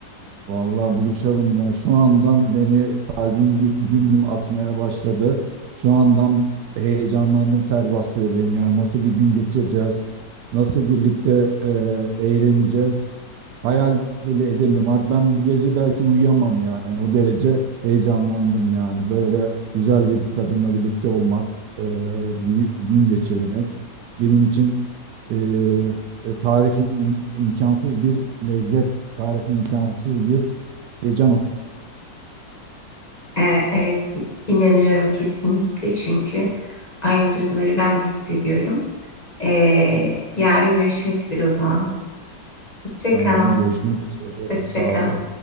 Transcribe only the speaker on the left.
E, evet, inanıyorum kesinlikle çünkü aynı duyguları ben de hissediyorum. E, yarın görüşmek üzere o zaman. Hoşça
kal.
Hoşça
kal.